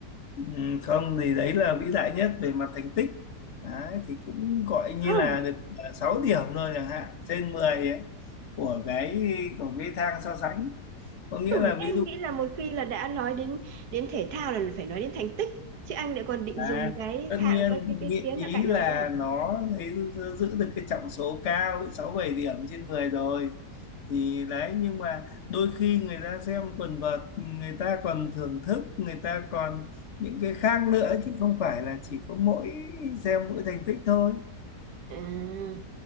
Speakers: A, on the left; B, on the right.
A: Ừm, không thì đấy là vĩ đại nhất về mặt thành tích đấy, thì cũng gọi như
B: Không.
A: là được à, 6 điểm thôi chẳng hạn trên 10 ấy của cái của cái thang so sánh có nghĩa
B: Ừ,
A: là
B: Em
A: ví dụ
B: nghĩ là một khi là đã nói đến đến thể thao là phải nói đến thành tích chứ anh lại còn định
A: À,
B: dùng cái
A: tất
B: thạng
A: nhiên
B: coi cái cái
A: nhị-
B: khía
A: ý
B: là cạnh
A: là
B: đó nữa
A: nó lấy, giữ được cái trọng số cao sáu bảy điểm trên 10 rồi thì đấy nhưng mà đôi khi người ta xem quần vợt người ta còn thưởng thức người ta còn những cái khác nữa chứ không phải là chỉ có mỗi xem mỗi thành tích thôi
B: À,